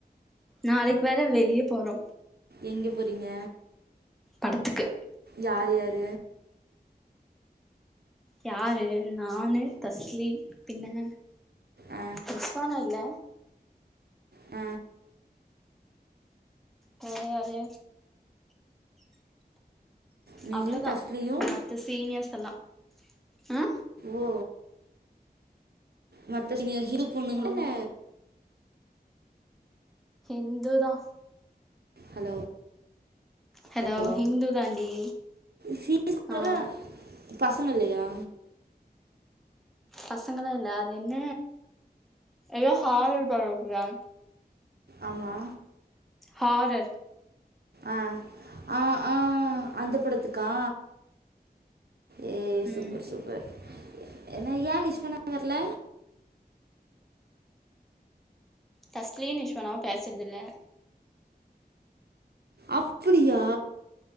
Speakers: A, in the centre; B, on the right (about 70°).
A: நாளைக்கு வேற வெளிய போறோ
B: எங்க போறீங்க
A: படத்துக்கு
B: யார் யாரு
A: யாரு நானு தஸ்லி பின்ன
B: ஆ
A: ரிஸ்வான இல்ல <inaudible>
B: அ
A: வேற யாரு
B: நீயு
A: அவ்ளோதா
B: தஸ்லியு
A: மத்த சீனியர்ஸ் எல்லா ம்
B: ஓ மத்த நீங்க இது பொண்ணுங்களென்ன
A: ஆ ஹிந்துதா
B: ஹலோ
A: ஹலோ
B: ஓ
A: ஹிந்து தாண்டி
B: ஃபீஸ் கூட
A: ஆ
B: பசங்க இல்லையா
A: பசங்களா இல்ல அது என்ன எதோ ஹாரர் படோ இருக்குதா
B: ஆமா
A: ஹாரர்
B: அ ஆ ஆ அந்த படத்துக்கா ஏய்
A: ம்
B: சூப்பர் சூப்பர் என்ன ஏ நிஸ்வனா வரல
A: தஸ்லீன் இஷ்வானாவு பேசறதுல்ல
B: அப்புடியா